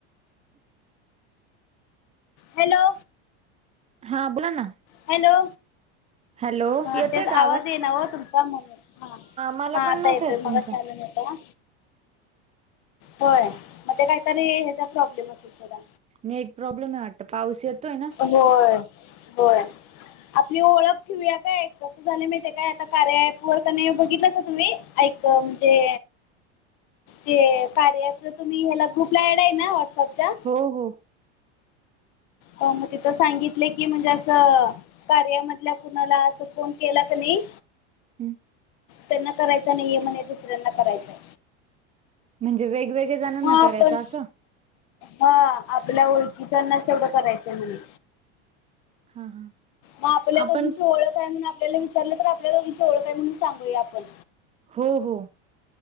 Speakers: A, on the right; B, on the left.
A: <inaudible>
B: हॅलो!
A: हा बोला ना.
B: हॅलो!
A: हॅलो
B: हा
A: येतोय
B: तेच
A: का
B: आवाज ये ना हो तुमचा म्हणून हा
A: मला
B: हा
A: पण
B: आता
A: नव्हता
B: येतोय
A: येत तुमचा
B: मगाशी अला नव्हता. होय मग ते काहीतरी ह्याचा प्रॉब्लेम असेल सोडा
A: नेट प्रॉब्लेम आहे वाटतं पाऊस येतोय ना?
B: होय होय. आपली ओळख ठेऊया काय कसं झालं माहिे ती काय आता कार्याअँप वर क नी बघितलासा तुम्ही ऐक म्हणजे
A: <inaudible>
B: ते कार्याचं तुम्ही ह्याला ग्रुप ला अँड आहे ना? व्हॉट्सअपच्या
A: हो हो
B: हो मग तिथं सांगितले की म्हणजे असं कार्यामधल्या कुणाला असं फोन केला क नाही
A: हम्म
B: त्यांना करायचा नाहीये म्हणे दुसऱ्यांना करायचंय
A: म्हणजे वेगवेगळ्या जणांना
B: मग
A: करायचं
B: आपण
A: असं
B: हा आपल्या ओळखीच्यांनाच तेवढं करायचंय म्हने
A: हा हा
B: मग आपल्या
A: आपण
B: दोघींची ओळख काय म्हणून आपल्याला विचारलं तर आपल्या दोघींची ओळख हाय म्हणून सांगूया आपण
A: हो हो.